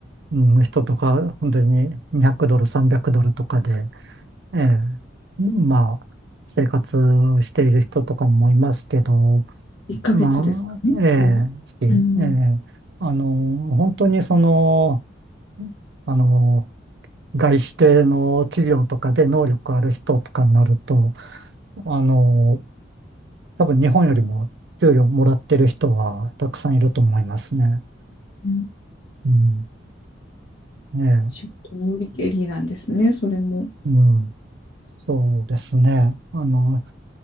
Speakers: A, on the right; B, on the left.
A: うん、人とか、本当に200ドル、300ドルとかで、ええ、まあ、生活している人とかもいますけど、
B: 1ヶ月ですかね、
A: まあ、ええ、
B: それは。うん、
A: ええ、あの、本当にその、あの、外資系の企業とかで能力ある人とかになると、あの、多分日本よりも給料もらってる人はたくさんいると思いますね。
B: うん、
A: うん。ね
B: 仕事のよりけりなんですね、それも。
A: え。うん。そうですね。あの、